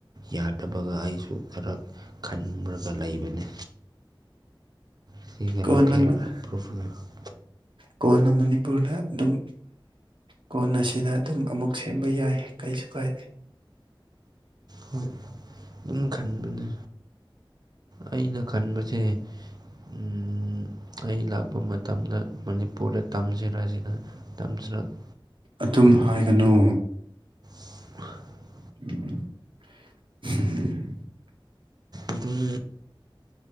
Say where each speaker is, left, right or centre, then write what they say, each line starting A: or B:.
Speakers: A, on the right; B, on the right.
A: ꯌꯥꯗꯕꯒ ꯑꯩꯁꯨ ꯈꯔ ꯈꯟ꯭ꯔꯒ ꯂꯩꯕꯅꯤ <unintelligible>
B: ꯀꯣꯟꯅ ꯃ- ꯀꯣꯟꯅ ꯃꯅꯤꯄꯨꯔꯗ ꯑꯗꯨꯝ ꯀꯣꯟ ꯑꯁꯤꯅ ꯑꯗꯨꯝ ꯑꯃꯨꯛ ꯁꯦꯝꯕ ꯌꯥꯏ ꯀꯩꯁꯨ ꯀꯥꯏꯗꯦ
A: ꯍꯣꯏ ꯑꯗꯨꯝ ꯈꯟꯕꯅꯦ ꯑꯩꯅ ꯈꯟꯕꯁꯦ ꯎꯝ ꯑꯩ ꯂꯥꯛꯄ ꯃꯇꯝꯗ ꯃꯅꯤꯄꯨꯔꯗ ꯇꯝꯁꯤꯔꯁꯤꯅ <unintelligible>
B: ꯑꯗꯨꯝ ꯍꯥꯏꯒꯅꯨ
A: <unintelligible>
B: <unintelligible>
A: ꯑꯗꯨꯝ